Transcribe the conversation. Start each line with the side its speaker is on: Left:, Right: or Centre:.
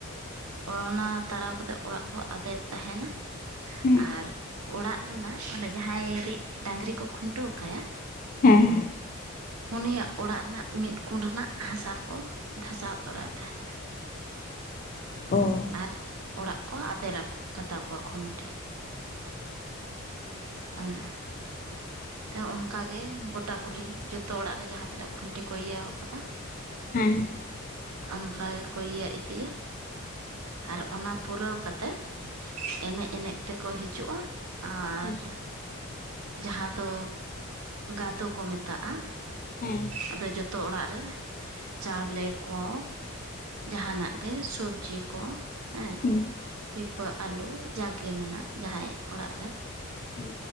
Right: ᱚᱱᱟ ᱛᱟᱲᱟᱣ ᱠᱟᱛᱮᱫ ᱚᱲᱟᱜ ᱠᱚ ᱟᱫᱮᱨ ᱛᱟᱦᱮᱱᱟ᱾
Left: ᱦᱮᱸ
Right: ᱟᱨ ᱚᱲᱟᱜ ᱨᱮᱱᱟᱜ ᱢᱟᱱᱮ ᱡᱟᱦᱟᱭ ᱨᱤᱡ ᱰᱟᱹᱝᱨᱤ ᱠᱚ ᱠᱷᱩᱱᱴᱟᱹᱣ ᱠᱟᱭ-ᱟ᱾
Left: ᱦᱮᱸ᱾
Right: ᱩᱱᱤᱭᱟᱜ ᱚᱲᱟᱜ ᱨᱮᱱᱟᱜ ᱢᱤᱫ ᱠᱩᱱ ᱨᱮᱱᱟᱜ ᱦᱟᱥᱟ ᱠᱚ ᱫᱷᱟᱥᱟᱣ ᱛᱚᱨᱟᱭ ᱛᱟᱦᱮᱱ᱾
Left: ᱚ
Right: ᱟᱨ ᱚᱲᱟᱜ ᱠᱚ ᱟᱫᱮᱨᱟ ᱠᱟᱛᱟ ᱠᱚᱣᱟ ᱠᱷᱩᱱᱴᱤ᱾ ᱚᱱᱟ᱾ ᱛᱚ ᱚᱱᱠᱟ ᱜᱮ ᱜᱚᱴᱟ ᱠᱩᱞᱦᱤ ᱡᱚᱛᱚ ᱚᱲᱟᱜ ᱨᱮ ᱡᱟᱦᱟ ᱛᱤᱱᱟᱹᱜ ᱠᱷᱩᱱᱴᱤ ᱠᱚ ᱤᱭᱟᱹᱣ ᱠᱟᱫᱟ᱾
Left: ᱦᱮᱸ
Right: ᱚᱱᱠᱟ ᱜᱮᱠᱚ ᱤᱭᱟᱹ ᱤᱫᱤᱭ-ᱟ᱾ ᱟᱨ ᱚᱱᱟ ᱯᱩᱨᱟᱹᱣ ᱠᱟᱛᱮ ᱮᱱᱮᱡ ᱮᱱᱮᱡ ᱛᱮᱠᱚ ᱦᱤᱡᱩᱜᱼᱟ, ᱟᱨ
Left: ᱦᱮᱸ
Right: ᱡᱟᱦᱟᱸ ᱛᱚ ᱜᱟᱫᱚ ᱠᱚ ᱢᱮᱛᱟᱜᱼᱟ
Left: ᱦᱮᱸ
Right: ᱟᱫᱚ ᱡᱚᱛᱚ ᱚᱲᱟᱜ ᱨᱮ, ᱪᱟᱣᱞᱮ ᱠᱚ ᱡᱟᱦᱟᱱᱟᱜ ᱜᱮ ᱥᱚᱵᱽᱡᱤ ᱠᱚ ᱦᱮᱸ,
Left: ᱦᱩᱸ,
Right: ᱯᱤᱯᱟᱹ ᱟᱞᱩ ᱡᱟᱜᱮ ᱢᱮᱱᱟᱜ ᱡᱟᱦᱟᱸᱭ ᱚᱲᱟᱜ ᱨᱮ᱾
Left: ᱦᱩᱸ